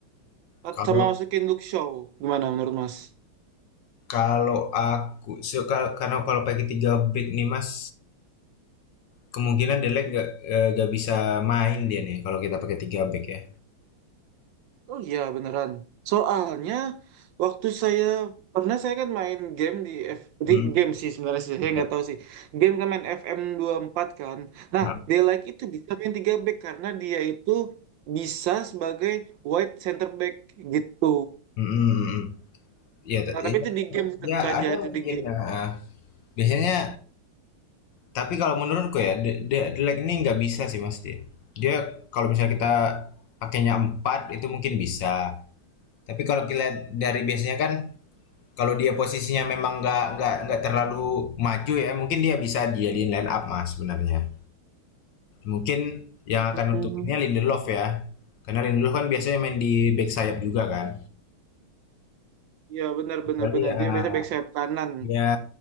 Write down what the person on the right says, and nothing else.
At-
sama masukin Luke Shaw. Gimana menurut Mas?
Oh iya beneran. Soalnya waktu saya pernah saya kan main game di F di
game sih sebenarnya sih saya
nggak tahu sih. Game kan main fm empat kan. Nah,
dia like itu bisa main 3 back karena dia itu bisa sebagai wide center back gitu.
Nah, tapi
itu di game sih, tentu
saja
itu
di game.
Hmm.
Iya benar
benar benar.
Dia biasa back sayap kanan.